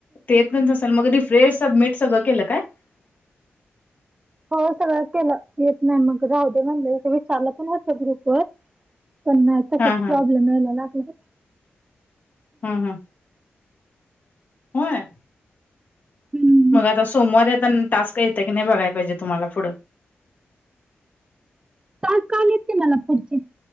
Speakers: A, on the left; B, on the right.
A: ते येतच नसल मग रिफ्रेश, सबमिट सगळं केलं काय? <inaudible>
B: हो सगळं केलं, येत नाही मग राहू दे म्हणलं, विचारलं पण होतं ग्रुपवर पण नाही, तसच
A: हा हा
B: प्रॉब्लेम यायला लागलाय.
A: हम्म हम्म होय?
B: हम्म
A: मग आता सोमवारी आता टास्क येतं की नाही, बघाय पाहिजे तुम्हाला पुढं.
B: टास्क आलेत की मला पुढचे.